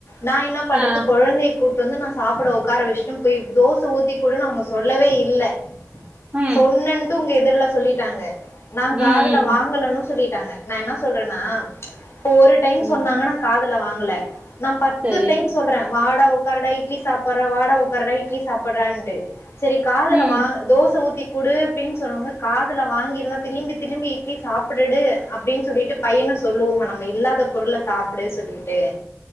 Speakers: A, on the left (about 60°); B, on the right (about 30°).
A: நான் என்ன பண்றது
B: அ, ஆ.
A: குழந்தைய கூட்டிட்டு வந்து நான் சாப்பிட உட்கார வச்சன் தோசை ஊத்தி கூட அவங்க சொல்லவே இல்லை
B: ம்,
A: சொன்னன்ட்டு உங்க எ இதெல்லாம் சொல்லிட்டாங்க நாங்
B: ம், ம்,
A: காதுல வாங்கலேன்னு சொல்லிட் நா என்ன சொல்றேன்னா ப்போ ஒரு டைம்
B: ம்.
A: சொன்னாங்கன்னா காதுல வாங் கல நா பத்து
B: சரி.
A: டைம் சொல்றே வாடக உக்காருடா இட்லி சாப்புட்றா வாடா உக்கார்டா இட்லி சாப்பிடுறான்ட்டு செரி காதுல
B: ம்.
A: வாங் தோச ஊத்தி குடு அப்டின்னு சொல்வாங்க காதுல வாங்கியிருந்தா திரும்பி திரும்பி இட்லி சாப்பிடுடு அப்டின் சொல்லிட்டு பையன சொல்லுவோம்மா நம்ம இல்லாத பொருள சாப்டுன் சொல்லிட்டு